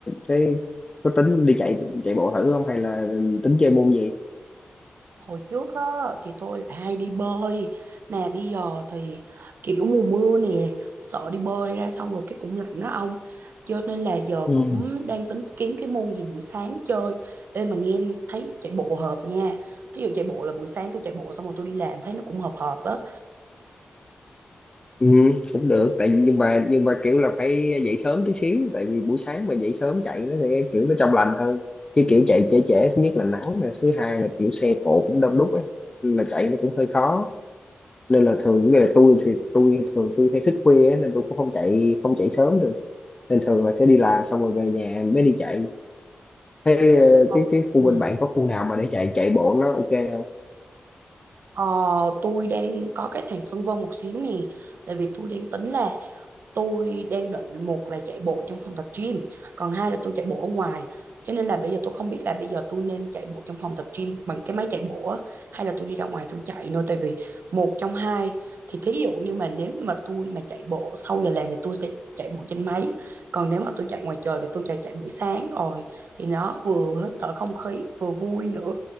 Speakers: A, on the left; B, on the right.
A: thấy có tính đi chạy chạy bộ thử không hay là tính chơi môn gì
B: Hồi trước á, thì tôi là hay đi bơi. Nè, bây giờ thì kiểu mùa mưa nè, sợ đi bơi ra xong rồi cái cũng lạnh đó ông. Cho nên là giờ
A: Ừ.
B: cũng đang tính kiếm cái môn gì buổi sáng chơi. Ê mà nghe thấy chạy bộ hợp nha. Thí dụ chạy bộ là buổi sáng tôi chạy bộ xong rồi tôi đi làm thấy nó cũng hợp hợp đó.
A: ừ, cũng được tại nhưng mà nhưng mà kiểu là phải dậy sớm tí xíu tại vì buổi sáng mà dậy sớm chạy nó thì kiểu nó trong lành hơn chứ kiểu chạy trễ trễ thứ nhất là nắng rồi thứ hai là kiểu xe cộ cũng đông đúc ấy nên là chạy nó cũng hơi khó nên là thường như là tôi thì tôi thường tôi hay thức khuya á, nên tôi cũng không chạy không chạy sớm được nên thường là sẽ đi làm xong rồi về nhà mới đi chạy thế ờ,
B: Ờ,
A: cái cái khu
B: Ừ.
A: bên bạn có khu nào mà để chạy chạy bộ nó ok không
B: Ờ, tôi đang có cái này phân vân một xíu nè tại vì tôi đang tính là tôi đang định một là chạy bộ trong phòng tập gym còn hai là tôi chạy bộ ở ngoài cho nên là bây giờ tôi không biết là bây giờ tôi nên chạy bộ trong phòng tập gym bằng cái máy chạy bộ á hay là tôi đi ra ngoài tôi chạy nữa tại vì một trong hai thì thí dụ như mà nếu như mà tôi mà chạy bộ sau giờ làm thì tôi sẽ chạy bộ trên máy còn nếu mà tôi chạy ngoài trời thì tôi chạy chạy buổi sáng rồi thì nó vừa hít thở không khí vừa vui nữa